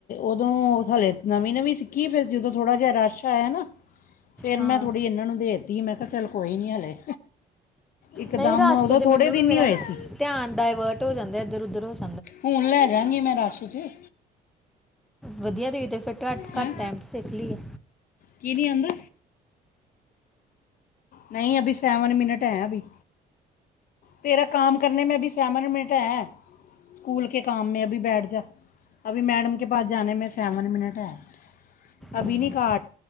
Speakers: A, on the left; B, in the centre.
A: ਉਦੋਂ ਹਾਲੇ ਨਵੀਂ-ਨਵੀਂ ਸਿੱਖੀ ਸੀ ਫਿਰ ਜਦੋਂ ਥੋੜ੍ਹਾ ਜਿਹਾ ਰਸ਼ ਆਇਆ ਨਾ। ਫਿਰ
B: ਹਾਂ
A: ਮੈਂ ਥੋੜ੍ਹੀ ਜਿਹੀ ਇਹਨਾਂ ਨੂੰ ਦੇ ਦਿੱਤੀ ਮੈਂ ਕਿਹਾ ਚੱਲੋ ਕੋਈ ਗੱਲ ਨਹੀਂ। ਉਦੋਂ
B: ਨਹੀਂ
A: ਤਾਂ
B: ਰਸ਼
A: ਹਾਲੇ
B: 'ਚ ਤੇ
A: ਥੋੜ੍ਹੇ
B: ਮੈਨੂੰ
A: ਹੀ ਦਿਨ
B: ਵੀ ਮੇਰਾ
A: ਹੋਏ
B: ਧਿ-
A: ਸਨ।
B: ਧਿਆਨ ਡਾਇਵਰਟ ਹੋ ਜਾਂਦਾ ਇੱਧਰ ਉੱਧਰ ਉਸ
A: ਹੁਣ ਮੈਂ ਰਸ਼ ਵਿੱਚ ਲੈ ਜਾਵਾਂਗੀ।
B: ਵਧੀਆ ਤੁਸੀਂ ਤਾਂ ਫਿਰ ਬਹੁਤ
A: ਹੈਂ?
B: ਘੱਟ ਸਮੇਂ ਵਿੱਚ ਸਿੱਖ ਲਿਆ।
A: ਕੀ ਨਹੀਂ ਆਉਂਦਾ? ਨਹੀਂ, ਅਬੀ ਸੈਵਨ ਮਿਨਟ ਹੈ ਅਬੀ। ਤੇਰਾ ਕੰਮ ਕਰਨੇ ਮੇ ਅਬੀ ਸੈਵਨ ਮਿਨਟ ਹੈ। ਸਕੂਲ ਕੇ ਕਾਮ ਮੇ ਅਬੀ ਬੈਠ ਜਾ ਅਬੀ ਮੈਡਮ ਕੇ ਪਾਸ ਜਾਨਾ ਸੈਵਨ ਮਿਨਟ ਹੈ। ਅਭੀ
B: ਹਮ,
A: ਨਹੀਂ ਕਾਟ,